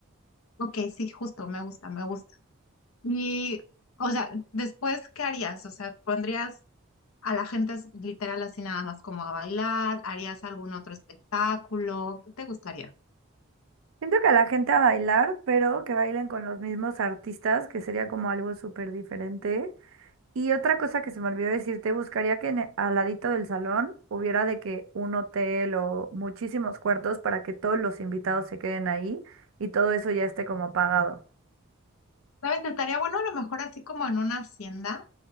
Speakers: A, on the left; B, on the right.
A: ok, sí, justo, me gusta, me gusta. Y, o sea, después, ¿qué harías? O sea, ¿pondrías a la gente as- literal así nada más como a bailar? ¿Harías algún otro espectáculo? ¿Qué te gustaría?
B: Siento que a la gente a bailar, pero que bailen con los mismos artistas, que sería como algo súper diferente. Y otra cosa que se me olvidó decirte, buscaría que en e- al ladito del salón hubiera de que un hotel o muchísimos cuartos para que todos los invitados se queden ahí y todo eso ya esté como pagado.
A: ¿Sabes? Estaría bueno a lo mejor así como en una hacienda